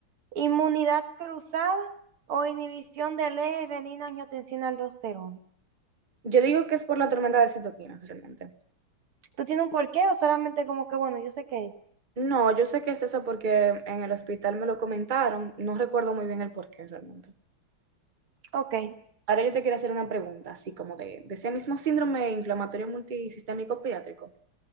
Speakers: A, on the right; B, on the right.
A: inmunidad cruzada o inhibición del eje renina angiotensina aldosterona?
B: Yo digo que es por la tormenta de citoquinas realmente.
A: ¿Tú tienes un porqué o solamente como que, bueno, yo sé qué es?
B: No, yo sé que es eso porque en el hospital me lo comentaron. No recuerdo muy bien el porqué realmente.
A: Ok,
B: Ahora yo te quiero hacer una pregunta, así como de, de ese mismo síndrome inflamatorio multisistémico pediátrico.